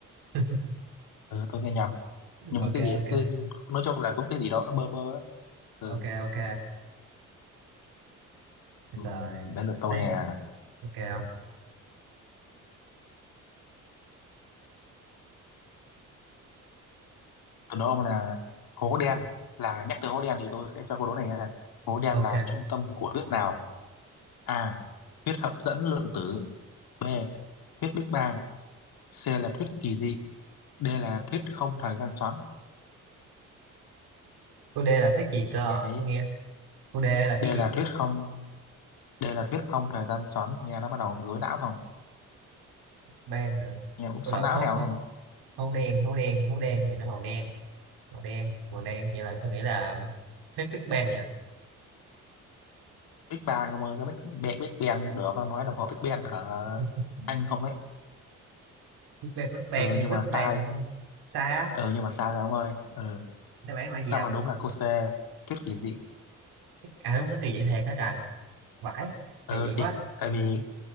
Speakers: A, on the right; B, on the left.
A: <laughs>
B: ừ, tôi nghe nhầm nhưng
A: ok
B: mà cái gì
A: ok
B: cứ, nói chung là cũng cái gì đó bơ bơ á. ừ,
A: ok ok bây
B: ừ
A: giờ
B: đến được tôi
A: tên
B: nè
A: ok không
B: tôi đố ông là hố đen là nhắc tới hố đen thì tôi sẽ cho câu đố này là hố đen
A: ok
B: là trung tâm của thuyết nào a thuyết hấp dẫn lượng tử b thuyết Big Bang c là thuyết kỳ dị D là thuyết không thời gian xoắn
A: cô D là thuyết gì cơ
B: nghe thấy
A: tôi nghe cô D là thuyết
B: D là
A: gì
B: thuyết không D là thuyết không thời gian xoắn nghe nó bắt đầu rối não không
A: ben hả?
B: nghe cũng
A: cô
B: xoắn
A: lộc
B: não
A: hố
B: theo
A: hố
B: luôn
A: hố đen hố đen hố đen thì nó màu đen màu đen màu đen vậy là tôi nghĩ là thuyết Big Bang nha
B: Big Bang ông ơi cái Big Bang Big Bang được đang nói đồng hồ Big Bang ở
A: <laughs>
B: Anh không đấy
A: Big Bang Big
B: ừ
A: Bang
B: nhưng
A: Big
B: mà
A: Bang
B: sai
A: đúng không? sai á
B: ừ nhưng mà sai rồi ông ơi ừ
A: đáp án là gì
B: đáp
A: không
B: án đúng là cô C thuyết kỳ dị
A: à đúng nó kỳ dị thiệt đó trời
B: ừ
A: vãi
B: Ừ,
A: kỳ dị quá
B: thì tại vì